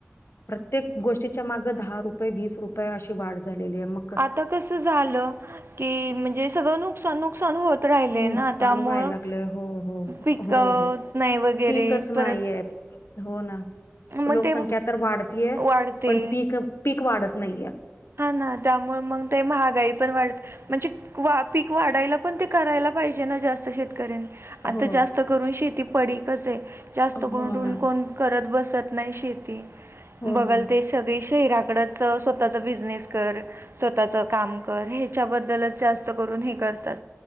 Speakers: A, on the left (about 65°); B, on the right (about 60°).
A: त्येक गोष्टीच्या मागं दहा रुपये वीस रुपये अशी वाढ झालेली आहे मग
B: आता कसं झालं की म्हणजे सगळं नु नुकसान-नुकसान होत राहिले
A: नुकसान
B: ना त्यामुळं
A: व्हायला लागलंय हो हो
B: पिकं
A: हो हो
B: नाय वगैरे
A: पीकच नाहीये.
B: परत
A: हो ना
B: मग
A: लोकसंख्या
B: ते
A: तर वाढतीय
B: वाढते
A: पण पीक-पीक वाढत नाहीये.
B: हा ना त्यामुळे मग ते महागाई पण वाढ म्हणजे वा पीक वाढायला पण ते करायला पाहिजे ना जास्त शेती. करेन आता
A: हो
B: जास्त करून शेती पडीकस आहे जास्त
A: हो
B: करून
A: ना
B: कोण करत बसत नाही शेती
A: हो
B: बघल
A: ना.
B: ते सगळी शरीराकडच स्वतःच्या बिज जनेस कर स्वतःचं काम कर ह्याच्याबद्दलच जास्त करून हे करतात.